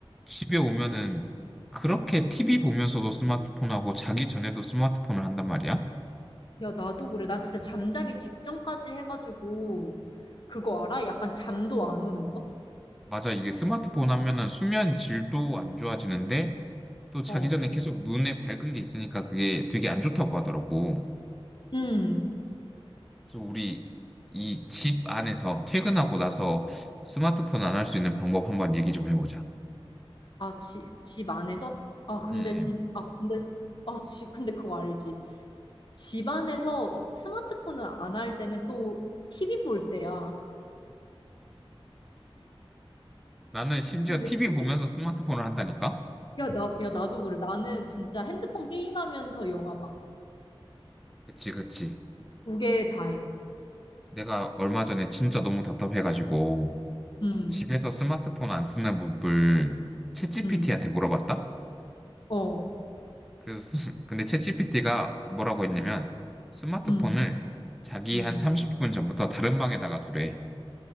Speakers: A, in the centre; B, on the left.
A: 집에 오면은 그렇게 TV 보면서도 스마트폰하고 자기 전에도 스마트폰을 한단 말이야.
B: 야, 나도 그래. 나 진짜 잠자기 직전까지 해가지고, 그거 알아? 약간 잠도 안 오는 거?
A: 맞아, 이게 스마트폰 하면은 수면 질도 안 좋아지는데 또 자기
B: 어.
A: 전에 계속 눈에 밝은 게 있으니까 그게 되게 안 좋다고 하더라고.
B: 음.
A: 그래서 우리 이 집 안에서 퇴근하고 나서 스마트폰 안 할 수 있는 방법 한번 얘기 좀 해보자.
B: 아, 지, 집 안에서? 아, 근데
A: 응, 응.
B: 진, 아, 근데, 아, 지, 근데 그거 알지? 집 안에서 스마트폰을 안 할 때는 또 TV 볼 때야.
A: 나는 심지어
B: 근데
A: TV
B: TV,
A: 보면서 스마트폰을 한다니까?
B: 야, 나, 야, 나도 그래. 나는 진짜 핸드폰 게임하면서 영화 봐.
A: 그치, 그치.
B: 두 개 다 해.
A: 내가 얼마 전에 진짜 너무 답답해가지고
B: 음,
A: 집에서 스마트폰 안 쓰는 법을 챗GPT한테
B: 음,
A: 물어봤다?
B: 어,
A: 그래서 쓰- <laughs> 근데 챗GPT가 뭐라고 했냐면 스마트폰을
B: 음,
A: 자기
B: 음.
A: 한 30분 전부터 다른 방에다가 두래.